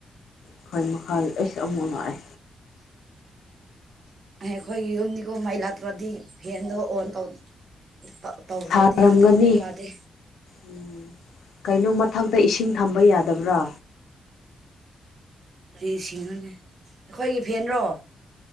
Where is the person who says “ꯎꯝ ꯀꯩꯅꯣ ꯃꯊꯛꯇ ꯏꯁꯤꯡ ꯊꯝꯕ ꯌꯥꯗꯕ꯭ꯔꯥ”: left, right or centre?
Left